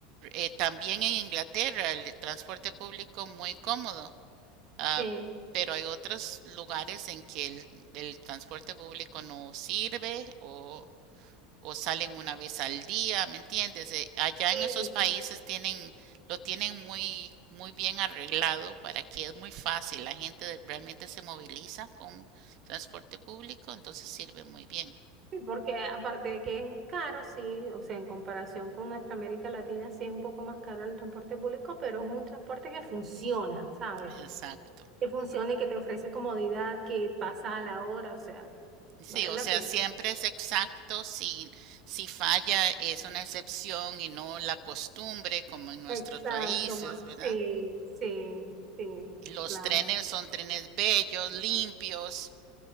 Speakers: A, on the right; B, on the right.
A: Eh, también en Inglaterra el transporte público muy cómodo, ah,
B: sí,
A: pero hay otros lugares en que el, el transporte público no sirve o o salen una vez al día, ¿me entiendes? Eh, Allá en
B: sí,
A: esos países tienen, lo tienen muy, muy bien arreglado para que es muy fácil. La gente realmente se moviliza con transporte público, entonces sirve muy bien.
B: sí, porque aparte de que es caro, sí, o sea, en comparación con nuestra América Latina, sí es un poco más caro el transporte público, pero es un transporte que funciona, ¿sabes?
A: Exacto.
B: que funcione, que te ofrece comodidad, que pasa a la hora, o sea,
A: Sí,
B: vale
A: o
B: la
A: sea,
B: pena.
A: siempre es exacto. Si, si falla es una excepción y no la costumbre como en nuestros
B: Exacto,
A: países,
B: ma-
A: ¿verdad?
B: sí, sí, sí,
A: Los
B: claro.
A: trenes son trenes bellos, limpios.